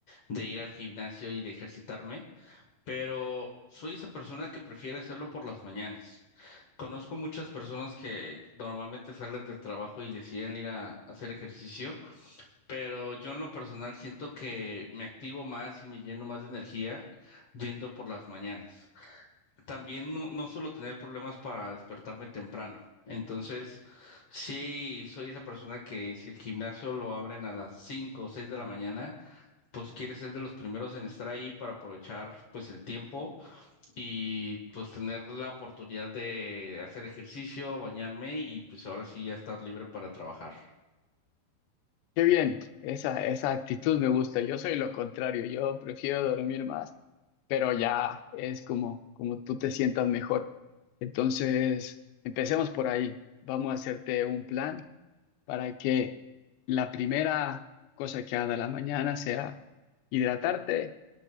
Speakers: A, on the left (about 60°); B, on the left (about 75°).
A: de ir al gimnasio y de ejercitarme, pero soy esa persona que prefiere hacerlo por las mañanas. Conozco muchas personas que normalmente salen del trabajo y deciden ir a, a hacer ejercicio, pero yo en lo personal siento que me activo más y me lleno más de energía yendo por las mañanas también no, no suelo tener problemas para despertarme temprano. Entonces, sí, soy esa persona que si el gimnasio lo abren a las 5 o 6 de la mañana, pues quiere ser de los primeros en estar ahí para aprovechar pues el tiempo y pues tener la oportunidad de hacer ejercicio, bañarme y pues ahora sí ya estar libre para trabajar.
B: Qué bien, esa, esa actitud me gusta. Yo soy lo contrario, yo prefiero dormir más pero ya es como, como tú te sientas mejor. Entonces, empecemos por ahí. Vamos a hacerte un plan para que la primera cosa que haga de la mañana sea hidratarte,